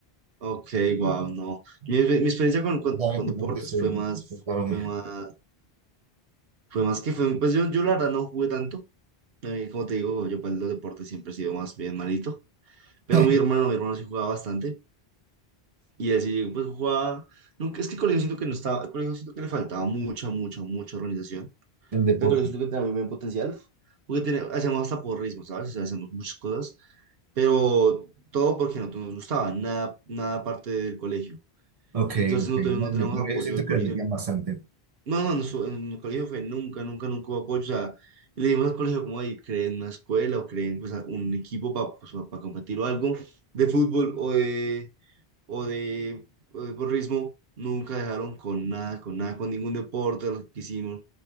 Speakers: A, on the right; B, on the right.
A: Ok, wow, no. Mi, mi experiencia con, con-
B: Dame
A: con
B: por
A: deportes
B: favor, que estoy-
A: fue más,
B: perdóname.
A: fue más, fue más que fue, pues yo, yo la verdad no jugué tanto. A mí, como te digo, yo para los deportes siempre he sido más bien malito. Pero
B: <laughs>
A: mi hermano, mi hermano sí jugaba bastante. Y así, pues jugaba. Nunca, es que el colegio siento que no estaba. El colegio siento que le faltaba mucha, mucha, mucha organización.
B: El deporte.
A: El colegio siento que tenía muy buen potencial. Porque tenía, hacíamos hasta porrismo, ¿sabes? O sea, hacíamos muchas cosas. Pero todo porque no nos gustaba. Nada, nada parte del colegio.
B: Ok,
A: Entonces
B: ok.
A: no, tuvimos-
B: No,
A: no
B: en
A: teníamos
B: mi primero
A: apoyo
B: siento
A: del colegio.
B: que le metían bastante.
A: No, no, nuestro- en el colegio fue nunca, nunca, nunca hubo apoyo. O sea, le dimos al colegio como ahí, creen una escuela o creen pues a- un equipo para pues, competir o algo de fútbol o de o de, o de porrismo, nunca dejaron con nada, con nada, con ningún deporte de los que hicimos,